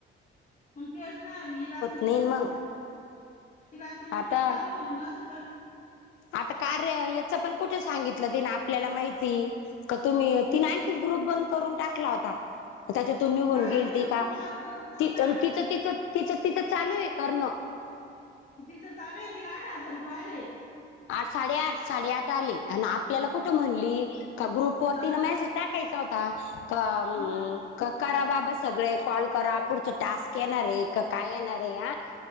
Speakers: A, on the left; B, on the left.
A: मग ते ना ही रात्री
B: नाही
A: बी चू
B: मग
A: ती रात्री मीटिंगला
B: आता
A: आलं म्हणून आस कळल
B: आता कार्य याचं पण कुठे सांगितलं तीन आपल्याला माहिती का तुम्ही
A: हं.
B: ती आणखीन ग्रुप बंद करून टाकला होता त्याच्यातून निघून
A: हां,
B: गेलती
A: तिनं
B: का
A: ग्रुप बंद करून टाकला.
B: ति तिचं तिच तिच तिचं चालू आहे करणं
A: तिथं चालू आहे तिला आठ हजार रुपये आले
B: आठ साडेआठ साडेआठ आले आणि आपल्याला कुठं म्हणली का ग्रुप वरती
A: हा
B: ना मॅसेज टाकायचा होता
A: मग
B: करा बाबा सगळे कॉल करा पुढ टास्क येणारे का काय येणारे या.